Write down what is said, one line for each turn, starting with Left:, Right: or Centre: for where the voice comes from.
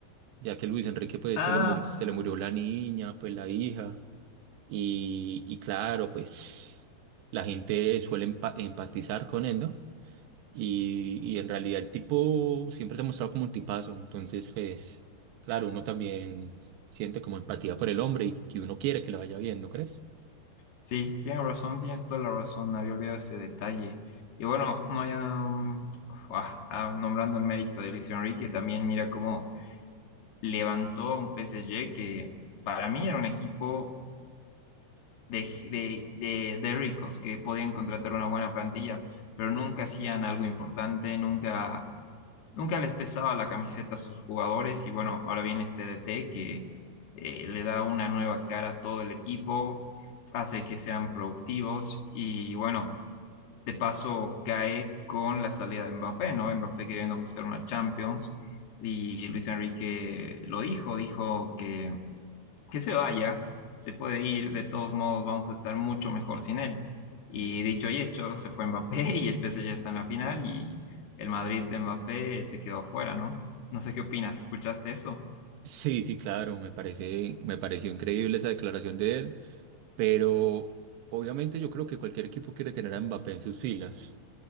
Right: ya que Luis Enrique pues
Left: Ah,
Right: se le murió, se le murió la niña, pues la hija, y, y claro, pues la gente suele empa- empatizar con él, ¿no? Y, y en realidad el tipo siempre se ha mostrado como un tipazo, entonces pues claro, uno también s- siente como empatía por el hombre y que uno quiere que le vaya bien, ¿no crees?
Left: sí, tienes razón, tienes toda la razón, había olvidado ese detalle. Y bueno, no ya, um, ah, ah, nombrando el mérito de Luis Enrique, también mira cómo levantó a un PSG que para mí era un equipo de, de, de- de ricos que podían contratar una buena plantilla, pero nunca hacían algo importante, nunca, nunca les pesaba la camiseta a sus jugadores y bueno, ahora viene este DT que eh, le da una nueva cara a todo el equipo, hace que sean productivos y bueno, de paso cae con la salida de Mbappé, ¿no? Mbappé queriendo buscar una Champions y Luis Enrique lo dijo, dijo que que se vaya, se puede ir, de todos modos vamos a estar mucho mejor sin él. Y dicho y hecho, se fue Mbappé <laughs> y el PSG está en la final y el Madrid de Mbappé se quedó afuera, ¿no? No sé qué opinas, ¿escuchaste eso?
Right: Sí, sí, claro, me parece, me pareció increíble esa declaración de él, pero obviamente yo creo que cualquier equipo quiere tener a Mbappé en sus filas.